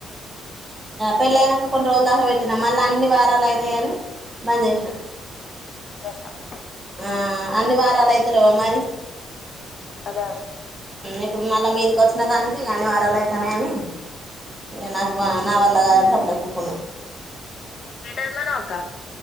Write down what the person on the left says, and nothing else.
వదిలేసినవా
అదే
ఏటెల్లిపోయినవ్ అక్క